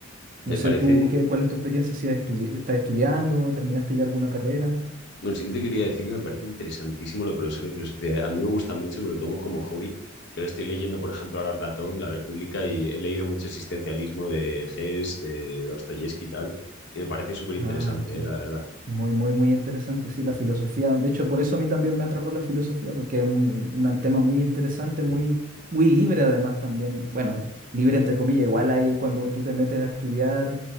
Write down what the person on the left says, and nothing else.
Me
parece,
bueno, sí que te quería decir que me parece interesantísimo lo de profesor de filosofía. A mí me gusta mucho, me lo tomo como hobby, pero estoy leyendo, por ejemplo, ahora Platón, La República, y he leído mucho existencialismo de Hess, de Dostoyevsky y tal, y me parece súper
interesante,
la verdad.